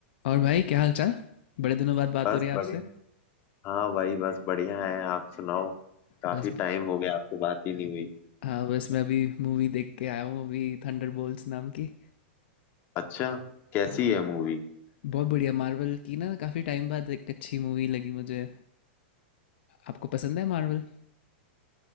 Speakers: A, on the left; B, on the left.
A: और भाई क्या हाल चाल बड़े दिनों बाद बात
B: बस
A: हो रही है आपसे
B: बढ़िया हाँ भाई बस बढ़िया है आप सुनाओ काफी
A: बस
B: टाइम हो गया आपसे बात ही नहीं हुई
A: हाँ बस मैं अभी मूवी देख के आया हूँ अभी थंडरबोल्ट्स नाम की
B: अच्छा कैसी
A: हाँ
B: है मूवी
A: बहुत बढ़िया मार्वल की ना काफ़ी टाइम बाद एक अच्छी मूवी लगी मुझे आपको पसंद है मार्वल